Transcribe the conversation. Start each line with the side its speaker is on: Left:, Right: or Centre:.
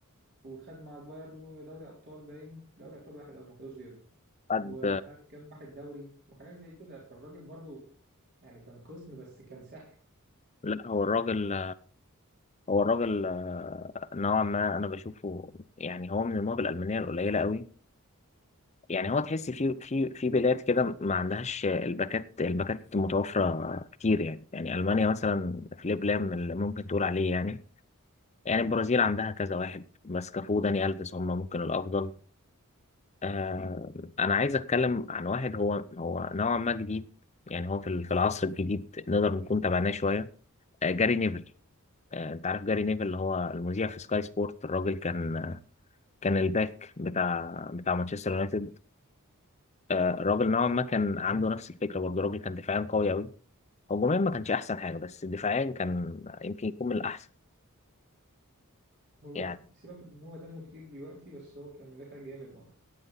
Right: وخد مع البايرن دوري ابطال باين دوري ابطال واحد او ما خدوش غيره
Left: حد
Right: ومش عارف كام واحد دوري وحاجات زي كده فالراجل برضو يعني كان قزم بس كان ساحر
Left: لا هو الراجل هو الراجل آه، نوعا ما أنا بشوفه يعني هو من المواهب الألمانية القليلة أوي يعني هو تحس في في في بلاد كده ما عندهاش الباكات الباكات متوفرة كتير يعني يعني ألمانيا مثلا في ليبلام اللي ممكن تقول عليه يعني يعني البرازيل عندها كذا واحد بس كافو داني ألفيس هم ممكن الأفضل آه أنا عايز أتكلم عن واحد هو هو نوعا ما جديد يعني هو في ال- في العصر الجديد نقدر نكون تابعناه شوية آه جاري نيفل آه أنت عارف جاري نيفل اللي هو المذيع في سكاي سبورت الراجل كان آه، كان الباك بتاع بتاع مانشستر يونايتد آه الراجل نوعا ما كان عنده نفس الفكرة برضه الراجل كان دفاعيا قوي أوي هجوميا ما كانش أحسن حاجة بس دفاعيا كان يمكن يكون من الأحسن
Right: هو
Left: يعني
Right: سيبك ان هو دمه تقيل دلوقتي بس هو كان مدافع جامد اه